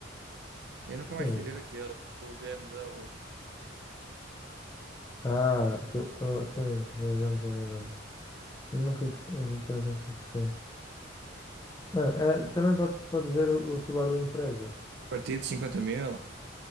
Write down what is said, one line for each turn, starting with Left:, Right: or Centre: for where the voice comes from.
Right: Eu nunca
Left: sim.
Right: mais fui ver aquele, o BMW,
Left: Ah,
Right: um
Left: o que- oh, sim, já, já me estou a lembrar. Eu nunca gostei, eu por acaso nunca gostei. Não, eh, também podes, podes ver o, o Subaru Impreza.
Right: partido de 50 mil.